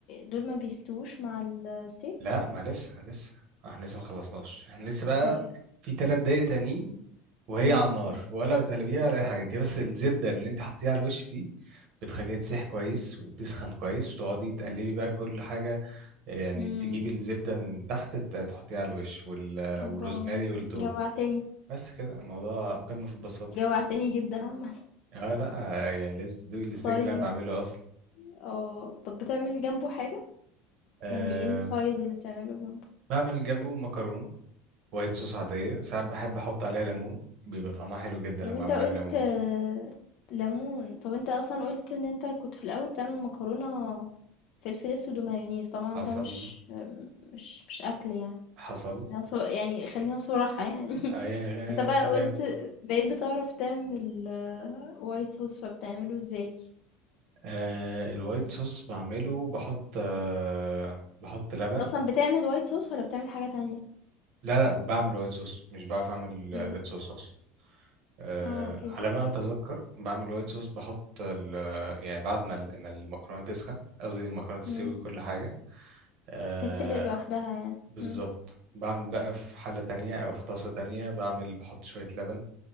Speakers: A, on the left (about 60°); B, on the right (about 60°).
A: دول ما بيستووش مع الsteak؟
B: لا ما لسه لسه احنا لسه ما خلصناش احنا لسه بقى
A: طيب،
B: في تلات دقايق تانيين وهي
A: إمم،
B: على النار ولا بتقلبيها ولا اي حاجه دي بس الزبده اللي انت حطيها على الوش دي بتخليها تسيح كويس وتسخن كويس وتقعدي تقلبي بقى كل حاجه آه، يعني
A: إمم،
B: تجيبي الزبده من تحت ت- تحطيها على الوش وال...
A: الله!
B: والروزماري والثوم
A: جوّعتني،
B: بس كده الموضوع قمه في البساطه
A: جوّعتني جدًا عامةً.
B: اه لا آه، يعني لازم تدوقي الستيك
A: طيب
B: اللي انا بعمله اصلا
A: اه طب بتعمل جنبه حاجة
B: أه
A: يعني ايه السايد اللي بتعمله جنبه
B: بعمل جنبه مكرونه وايت صوص عاديه ساعات بحب احط عليها ليمون بيبقى طعمها حلو جدا لما
A: طب انت
B: اعملها
A: قلت
B: بليمون
A: آه، ليمون طب انت اصلا قلت ان انت كنت في الاول بتعمل مكرونة فلفل اسود ومايونيز طبعا
B: حصل
A: ده مش مش مش اكل يعني
B: حصل
A: يعني ص- يعني خلينا صراحة يعني <laughs>
B: اه يعني غ-
A: انت بقى
B: تمام
A: قلت بقيت بتعرف تعمل وايت صوص فبتعمله ازاي
B: آه الوايت صوص بعمله بحط آه بحط لبن
A: انت اصلا بتعمل وايت صوص ولا بتعمل حاجة تانية
B: لا لا بعمل وايت صوص مش بعرف اعمل
A: اوكي
B: ريد صوص اصلا آه
A: اه اوكي
B: على ما اتذكر بعمل وايت صوص بحط ال- يعني بعد ما ال- ما المكرونه تسخن قصدي المكرونه تستوي
A: مم.
B: وكل حاجه آه
A: تتسلق لوحدها يعني
B: بالظبط
A: مم.
B: بعمل بقى في حله تانية او في طاسه تانية بعمل بحط شويه لبن